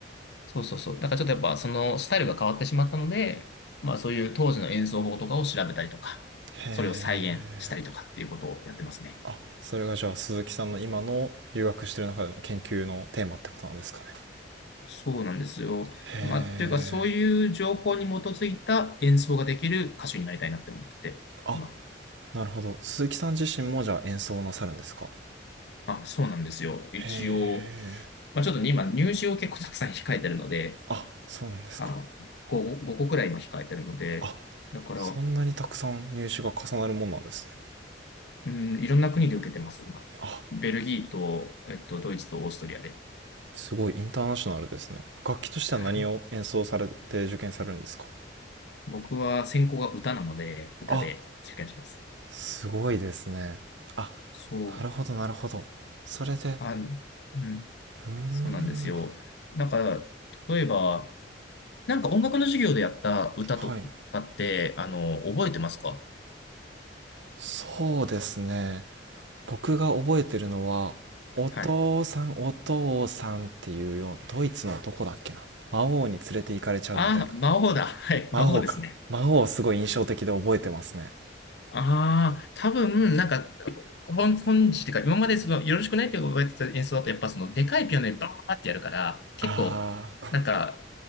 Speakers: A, on the left; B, on the right.
A: そうそうそう。だからちょっとやっぱそのスタイルが変わってしまったので、まあそういう当時の演奏法とかを調べたりとか、
B: え
A: それを再現したりとかっていうことをやってますね。
B: あそれがじゃあ鈴木さんの今の留学してる中での研究のテーマってことなんですかね
A: そうなんですよ。
B: へえ
A: まあ、というかそういう情報に基づいた演奏ができる歌手になりたいなって思ってて、
B: あ
A: 今。
B: なるほど鈴木さん自身もじゃあ演奏をなさるんですか
A: あ、そうなんですよ。一応、
B: へえ
A: まあちょっとね、今入試を結構たくさん控えてるので、
B: あそうなんですか
A: あの、5、5個くらい今控えてるので、
B: あ
A: だから、
B: そんなにたくさん入手が重なるもんなんですね
A: うん、いろんな国で受けてます、今。
B: あ
A: ベルギーと、えっと、ドイツとオーストリアで。
B: すごいインターナショナルですね楽器としては何を演奏されて受験されるんですか
A: <laughs> 僕は専攻が歌なので、歌で受験します。
B: あすごいですねあ
A: そう。
B: なるほどなるほどそれで
A: あ、うん。
B: うーん
A: そうなんですよ。なんか、例えば、なんか音楽の授業でやった歌とかって、
B: はい
A: あの、覚えてますか
B: そうですね僕が覚えてるのは「お父さんお父さん」っていうようなドイツの男だっけな魔王に連れて行かれちゃうみたいな
A: はい。あ、魔王だ。はい。
B: 魔王か魔王すごい印象的で覚えてますね
A: 魔王ですね。ああ、多分、なんか、本、本日っていうか、今までその、よろしくないってわれてた演奏だと、やっぱその、でかいピアノでバーってやるから、結構、
B: ああ
A: なんか、